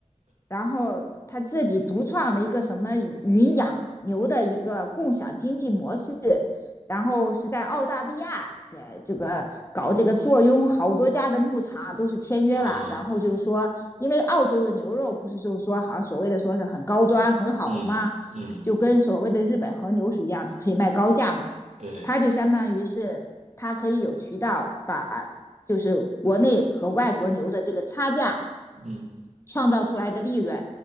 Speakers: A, on the left (about 20°); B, on the right (about 70°).
A: 然后他自己独创了一个什么云养牛的一个共享经济模式，然后是在澳大利亚在这个搞这个坐拥好多家的牧场都是签约了，
B: <laughs> 嗯
A: 然后就是说，因为澳洲的牛肉不是就是说好像所谓的说是很高端很好嘛，
B: 嗯嗯，
A: 就跟所谓的日本和牛是一样，就可以卖高价嘛，
B: 对，
A: 它就相当于是它可以有渠道把就是国内和外国牛的这个差价。
B: 嗯，
A: 创造出来的利润，